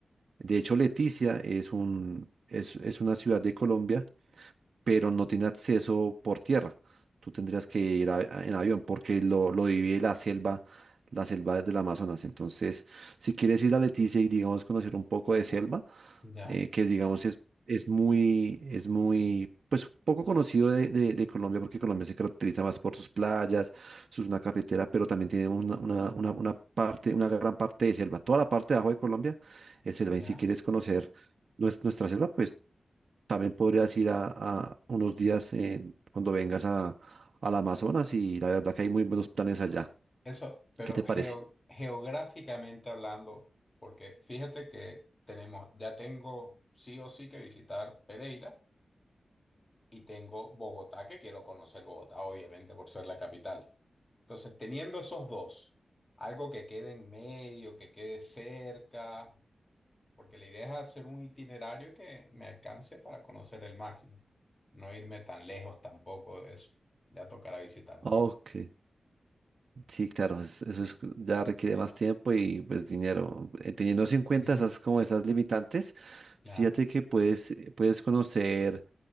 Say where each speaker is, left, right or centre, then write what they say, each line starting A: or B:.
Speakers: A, on the right; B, on the left.
A: De hecho, Leticia es un, es es una ciudad de Colombia pero no tiene acceso por tierra. Tú tendrías que ir a- a- en avión porque lo, lo divide la selva, la selva del Amazonas. Entonces, si quieres ir a Leticia y, digamos, conocer un poco de selva,
B: ya.
A: eh, que, digamos, es, es muy, es muy, pues, poco conocido de, de- de Colombia porque Colombia se caracteriza más por sus playas, sus una cafetera, pero también tenemos una, una, una, una parte, una gran parte de selva. Toda la parte de abajo de Colombia es selva.
B: ¿Ya?
A: Y si quieres conocer nues- nuestra selva, pues también podrías ir a, a unos días en- cuando vengas a, al Amazonas y la verdad que hay muy buenos planes allá.
B: Eso, pero
A: ¿Qué te parece?
B: geo- geográficamente hablando, porque fíjate que tenemos, ya tengo sí o sí que visitar Pereira y tengo Bogotá, que quiero conocer Bogotá, obviamente, por ser la capital. Entonces, teniendo esos dos, algo que quede en medio, que quede cerca, porque la idea es hacer un itinerario que me alcance para conocer el máximo, no irme tan lejos tampoco de eso. Ya tocará visitar
A: Ok,
B: luego.
A: sí, claro, es- eso es, ya requiere más tiempo y pues dinero. Eh, Teniendo en cuenta
B: <laughs>
A: esas como esas limitantes,
B: Claro,
A: fíjate que puedes, eh, puedes conocer